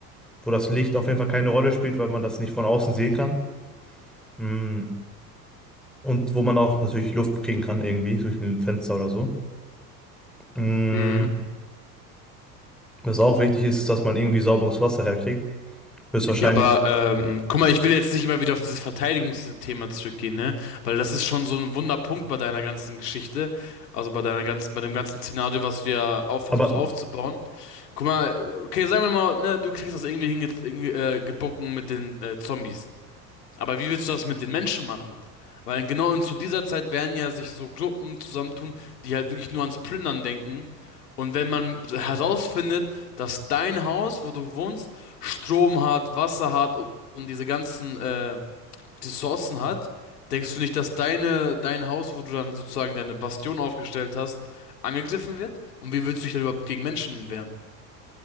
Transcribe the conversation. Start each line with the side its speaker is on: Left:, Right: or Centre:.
Centre: wo das Licht auf jeden Fall keine Rolle spielt, weil man das nicht von außen sehen kann. Mhm. Und wo man auch natürlich Luft kriegen kann, irgendwie durch ein Fenster oder so. Mm,
Left: Hm.
Centre: Was auch wichtig ist, ist, dass man irgendwie sauberes Wasser herkriegt. Höchstwahrscheinlich.
Left: Ja, aber ähm, guck mal, ich will jetzt nicht immer wieder auf dieses Verteidigungsthema zurückgehen, ne? Weil das ist schon so ein Wunderpunkt bei deiner ganzen Geschichte, also bei deiner ganzen, bei dem ganzen Szenario, was du ja auch versuchst
Centre: Aber
Left: aufzubauen. Guck mal, okay, sagen wir mal, ne, du kriegst das irgendwie hinge irgendwie, äh, gebacken mit den äh, Zombies. Aber wie willst du das mit den Menschen machen? Weil genau und zu dieser Zeit werden ja sich so Gruppen zusammentun, die halt wirklich nur ans Plündern denken. Und wenn man herausfindet, dass dein Haus, wo du wohnst, Strom hat, Wasser hat und, und diese ganzen äh, Ressourcen hat, denkst du nicht, dass deine, dein Haus, wo du dann sozusagen deine Bastion aufgestellt hast, angegriffen wird? Und wie willst du dich da überhaupt gegen Menschen wehren?